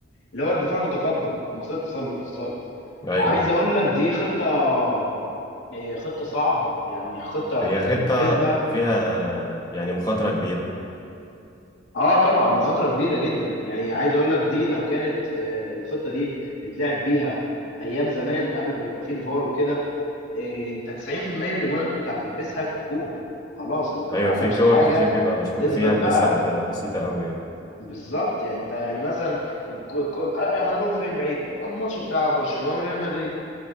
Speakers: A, on the left (about 75°); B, on the left (about 20°).
A: اللي هو الدفاع المتقدم مصيدة التسلل بالظبط
B: ايوه
A: عايز اقول لك دي خطه خطه صعبه يعني خطه
B: هي
A: كتنفيذها
B: خطة فيها يعني مخاطرة كبيرة
A: اه طبعا مخاطره كبيره جدا يعني عايز اقول لك دي لو كانت آه، الخطه دي بيتلعب بيها ايام زمان قبل ما يبقى فيه الفار وكده آه، انت 90% اللي جوان اللي كنت هتلبسها كانت جون خلاص انت ما
B: ايوه
A: عندكش
B: في كور
A: حاجه
B: كتير بيبقى مشكوك
A: تثبت
B: فيها بنسب
A: بقى
B: بسيطة قوي يعني
A: بالظبط يعني انت يعني مثلا الكو- الكو- آه، آه، هنروح فين بعيد الماتش بتاع برشلونه وريال مدريد